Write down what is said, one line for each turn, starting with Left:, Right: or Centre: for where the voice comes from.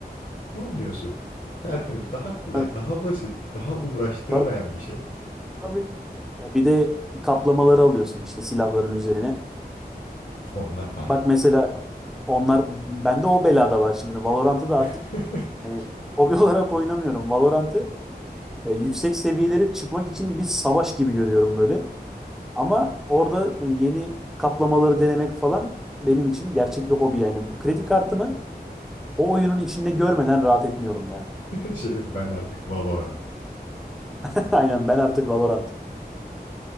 Left: Oynuyorsun. Tertemiz. Daha kolay,
Centre: Tabii,
Left: daha basit, daha uğraştırmayan
Centre: tabii,
Left: bir şey.
Centre: tabii. Ya bir de kaplamaları alıyorsun işte silahların üzerine.
Left: Onlar para.
Centre: Bak mesela onlar bende o belada var şimdi. Valorant'ı da artık
Left: <laughs>
Centre: e, hobi <laughs> olarak oynamıyorum. Valorant'ı e, yüksek seviyelere çıkmak için bir savaş gibi görüyorum böyle. Ama orada yani yeni kaplamaları denemek falan benim için gerçek bir hobi yani. Bu Kredi kartımı o oyunun içinde görmeden rahat etmiyorum ya.
Left: Şey, ben artık Valorant
Centre: <laughs> Aynen ben artık Valorant'ım.